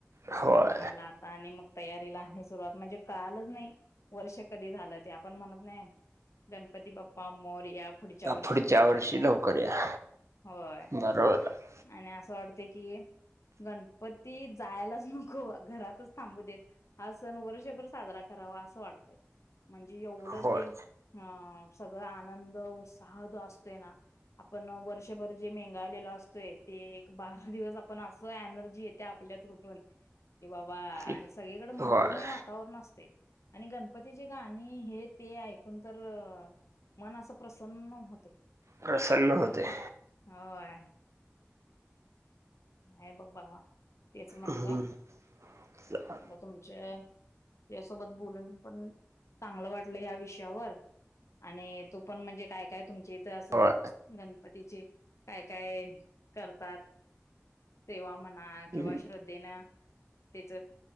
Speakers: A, on the right; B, on the left.
A: होय
B: आता म्हणलं आता आणि मग तयारीला आणि सुरुवात म्हणजे कळालच नाही वर्ष. कधी झालं ते आपण म्हणत नाही, गणपतीप्पा मोर्या पुढच्या
A: आता
B: वर्षी
A: पुढच्या
B: लवकर
A: वर्षी
B: या,
A: लवकर या
B: होय
A: बरोबर आहे.
B: आणि असं वाटतं. कि गणपती जायलाच नको घरातच थांबू देत, हा सण वर्षभर साजरा करावा असं वाटतय. म्हणजे एवढं
A: होय
B: जे अ सगळं आनंद उत्साह जो असतोय ना, आपण वर्षभर जे मेंगाळलेल असतोय, ते एक बारा दिवस आपण असं एनर्जी येते, आपल्यात कुठून कि बाबा
A: एक-
B: आणि सगळीकडे मंगलमय
A: होय
B: वातावरण असतय. आणि गणपती. तिची गाणी हे, ते, ऐकून तर मन असं प्रसन्न होते.
A: प्रसन्न होतय.
B: होय हे बघ बाबा, तेच म्हणलं,
A: हम्म. चा
B: आता तुमच्या तुझ्यासोबत बोलून पण चांगलं वाटलं, ह्या विषयावर आणि तू पण म्हणजे काय-काय तुमच्या इथं असं
A: होय
B: गणपतीचे काय-काय करतात. सेवा म्हणा किंवा
A: हम्म.
B: श्रद्धेनं, त्याच